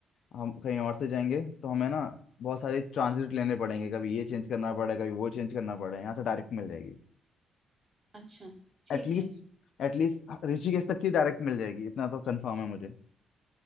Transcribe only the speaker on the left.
हम कहीं और से जाएंगे तो हमें ना बहुत सारे ट्रांजिट लेने पड़ेंगे कभी ये चेंज करना पड़ा कभी वो चेंज करना पड़ा यहाँ से डायरेक्ट मिल जाएगी
एटलीस्ट
एटलीस्ट ऋषिकेश तक की डायरेक्ट मिल जाएगी इतना तो कंफर्म है मुझे